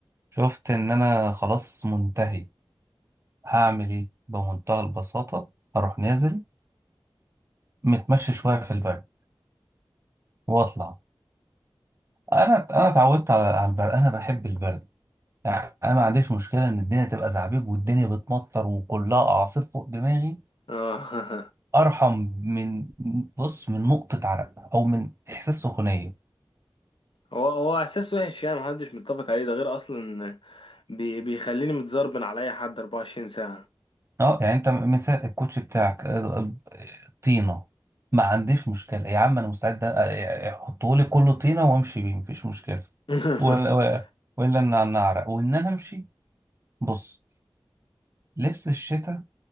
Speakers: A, on the right (about 30°); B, on the left (about 75°).
A: شفت ان انا خلاص منتهي هعمل ايه بمنتهى البساطه هروح نازل متمشى شويه في البرد واطلع انا انا اتعودت على على البرد انا بحب البرد يعني انا ما عنديش مشكله ان الدنيا تبقى زعبيب والدنيا بتمطر وكلها اعاصير فوق دماغي
B: اه <laughs>
A: ارحم من بص من نقطه عرق او من احساس سخونيه
B: هو هو إحساس وحش يعني محدش متفق عليه ده غير أصلا بي بيخليني متزربن على أي حد 24 ساعة
A: اه يعني انت مثال الكوتش بتاعك آه، آه، طينه ما عنديش مشكله يا عم انا مستعد آه، احطه لي كله طينه وامشي بيه مفيش مشكله
B: <laughs>
A: ولا ولا ولا ان انا اعرق وان انا امشي بص لبس الشتاء